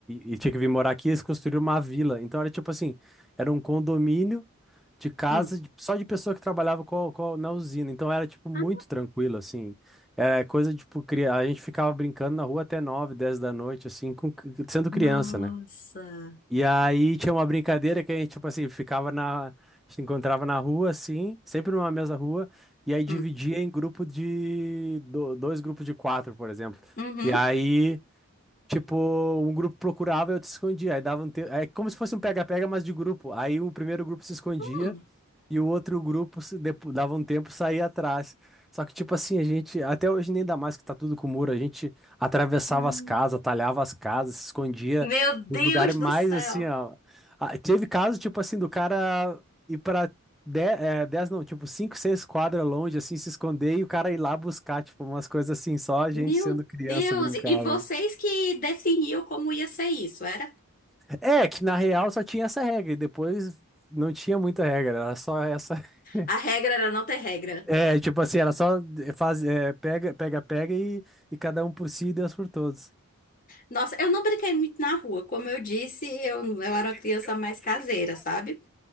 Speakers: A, in the centre; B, on the left (about 40°).
A: e e tinha que vir morar aqui, eles construíram uma vila. Então era tipo assim, era um condomínio de casa
B: hum.
A: de- só de pessoa que trabalhava com, a- com a- na usina. Então era, tipo, muito
B: Ah,
A: tranquilo, assim. É coisa, tipo, cri- a gente ficava brincando na rua até 9 10 da noite, assim, com... sendo criança,
B: nossa.
A: né? E aí tinha uma brincadeira que a gente, tipo assim, ficava na... se encontrava na rua, assim, sempre numa mesma rua, e aí dividia
B: Hum,
A: em grupo de... do- dois grupos de quatro, por exemplo.
B: uhum,
A: E aí... Tipo, um grupo procurava e outro se escondia. Aí dava um te... É como se fosse um pega-pega, mas de grupo. Aí o primeiro grupo se escondia
B: hum,
A: e o outro grupo se depo- dava um tempo e saía atrás. Só que, tipo assim, a gente, até hoje nem dá mais que tá tudo com muro, a gente atravessava
B: hum.
A: as casas, talhava as casas, se escondia
B: Meu Deus
A: nos lugares mais
B: do céu.
A: assim, ó. Ah, Teve caso, tipo assim, do cara ir pra dez é, 10 não, tipo 5 6 quadras longe, assim, se esconder e o cara ir lá buscar, tipo, umas coisas assim, só a gente
B: Meu
A: sendo criança
B: Deus.
A: brincava.
B: E vocês que definiam como ia ser isso, era?
A: É, que na real só tinha essa regra, e depois não tinha muita regra, era só essa. <laughs>
B: A regra era não ter regra.
A: É, tipo assim, era só faz, é, pega, pega, pega e, e cada um por si e Deus por todos.
B: Nossa, eu não brinquei muito na rua. Como eu disse, eu, eu
A: Esse
B: era uma criança
A: é o
B: mais
A: nosso
B: caseira,
A: Nutricom.
B: sabe?